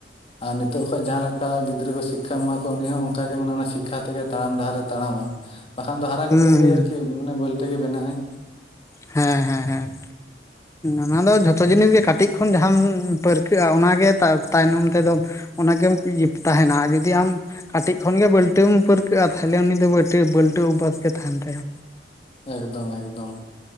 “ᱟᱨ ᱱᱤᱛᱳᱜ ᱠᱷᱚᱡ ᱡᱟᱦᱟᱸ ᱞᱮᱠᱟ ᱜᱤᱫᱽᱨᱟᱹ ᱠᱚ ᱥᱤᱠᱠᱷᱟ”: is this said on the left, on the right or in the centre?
Left